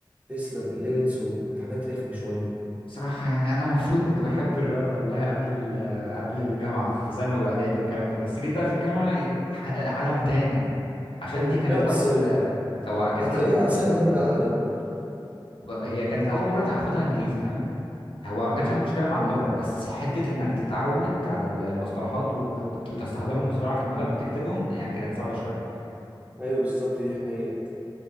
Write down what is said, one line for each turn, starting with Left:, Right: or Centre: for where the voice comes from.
Right: تسلم الليميتس وكانت حاجات رخمه شويه
Left: صراحة يعني أنا المفروض كنت بحب الرياضة والله قبل ال- قبل الجامعة في ثانوي وإعدادي والكلام ده بس جيت بقى في الجامعة عالم تاني عشان
Right: مم.
Left: دي كانت
Right: لا بس
Left: أول أو كانت
Right: هتلاقيها
Left: أول
Right: اسهل ماده عندك برضه
Left: ب- هي كانت أول مرة هاخدها إنجليزي فاهم هو
Right: مم.
Left: ما كانش عندي مشكلة مع اللغة بس حتة إنك تتعود على المصطلحات و- وت- وتستحضرهم بسرعة في دماغك وتكتبهم يعني كانت صعبة شوية
Right: ايوه بالظبط دي حقيقة